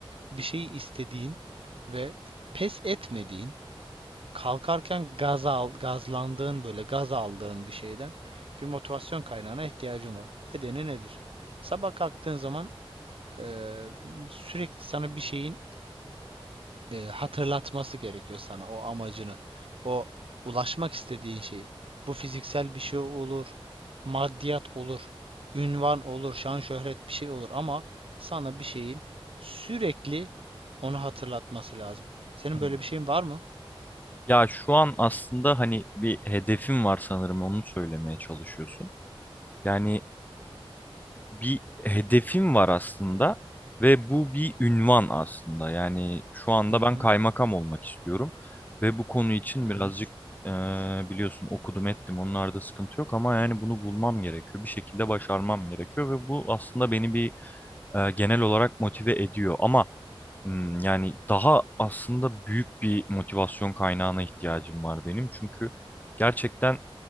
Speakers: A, on the right (about 70°); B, on the left (about 20°).
A: bir şeyi istediğin ve pes etmediğin kalkarken gaz al, gazlandığın böyle gaz aldığın bir şeyden bir motivasyon kaynağına ihtiyacın var. Nedeni nedir? Sabah kalktığın zaman eee, sürekli sana bir şeyin eee, hatırlatması gerekiyor sana o amacını. O ulaşmak istediğin şeyi. Bu fiziksel bir şey olur, maddiyat olur, ünvan olur, şan şöhret bir şey olur ama sana bir şeyin sürekli onu hatırlatması lazım. Senin
B: Evet.
A: böyle bir şeyin var mı?
B: Ya şu an aslında hani bir hedefim var sanırım onu söylemeye çalışıyorsun. Yani bir hedefim var aslında ve bu bir ünvan aslında. Yani şu anda
A: Hı
B: ben
A: hı.
B: kaymakam olmak istiyorum ve bu konu için
A: hı
B: birazcık
A: hı.
B: e, biliyorsun okudum ettim onlarda sıkıntı yok ama yani bunu bulmam gerekiyor. Bir şekilde başarmam gerekiyor ve bu aslında beni bir e, genel olarak motive ediyor ama m, yani daha aslında büyük bir motivasyon kaynağına ihtiyacım var benim çünkü Gerçekten